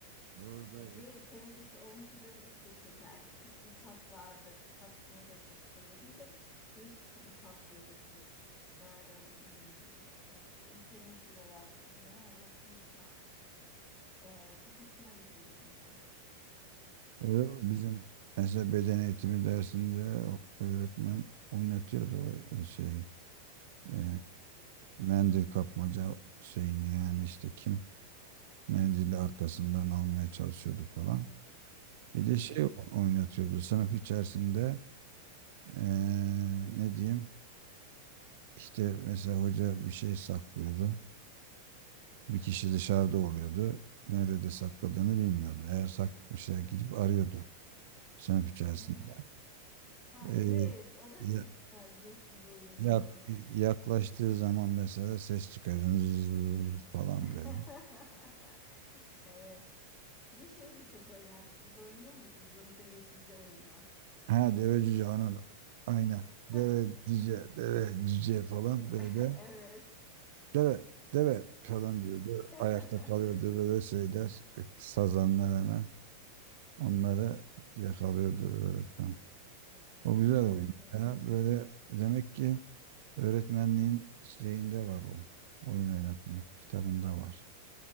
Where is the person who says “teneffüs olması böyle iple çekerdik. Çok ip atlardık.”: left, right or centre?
Left